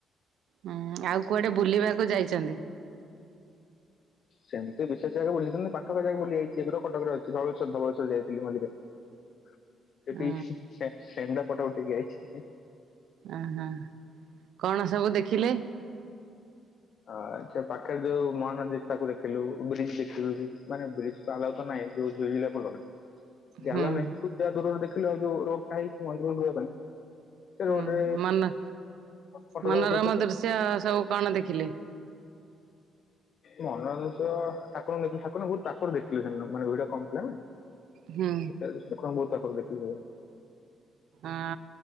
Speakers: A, on the right; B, on the left.
A: ହୁଁ ଆଉ କୁଆଡେ ବୁଲିବାକୁ ଯାଇଛନ୍ତି?
B: ସେମିତି ତ ବିଶେଷ ଜାଗା ବୁଲିନି ପାଖା ପାଖି ଯାଗା ବୁଲି ଯାଇଛି, ଏବେ ତ କଟକରେ ଅଛି ଧବଳେଶ୍ୱର ଧବଳେଶ୍ୱର ଯାଇଥିଲି ମଝିରେ। ସେଠି
A: ଉଁ
B: ଷେଣ୍ଢ ଫଟ ଉଠେଇକି ଆଇଚି।
A: ଓ ହ କଣ ସବୁ ଦେଖିଲେ?
B: ଆ ସେ ପାଖରେ ଯୋଉ ମହାନଦୀ ତାକୁ ଦେଖିଲୁ, ବ୍ରିଜ୍ ଦେଖିଲୁ ମାନେ ବ୍ରିଜ ତ ଆଲାଉ ତ ନାହିଁ। ସେ ଯୋଉ ଝୁଲିଲା ପୋଲ।
A: ହୁଁ।
B: ଆଲାଉ ନାହିଁ <unintelligible> ଯାହା ଦୂରରେ ଦେଖିଲୁ ଆଉ ଯୋଉ ରୋଡ ଟା ହେଇଛି ମନ୍ଦିର କୁ ଯିବା ପାଇଁ। ସେ ରୋଡରେ
A: ହୁଁ ମନ
B: ଫଟୋ
A: ମନୋରମ
B: ଉଠଉଥିଲୁ
A: ଦୃଶ୍ୟ ସବୁ କଣ ଦେଖିଲେ?
B: ମନୋରଞ୍ଜନ ଦୃଶ୍ୟ ଠାକୁରଙ୍କୁ ଠକୁର ବହୁତ ପାଖରୁ ଦେଖିଥିଲୁ ସେଦିନ ମାନେ ଭିଡ଼ କମ୍ ଥିଲା ନା।
A: ହୁଁ।
B: ସେଖ ବହୁତ <unintelligible>
A: ଆ